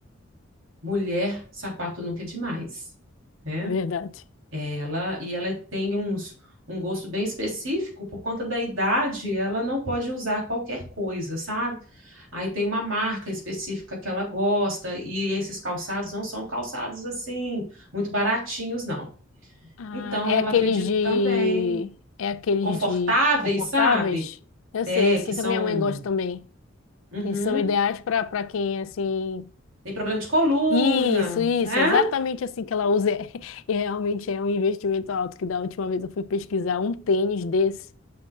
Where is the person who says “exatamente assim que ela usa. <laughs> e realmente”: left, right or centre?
Left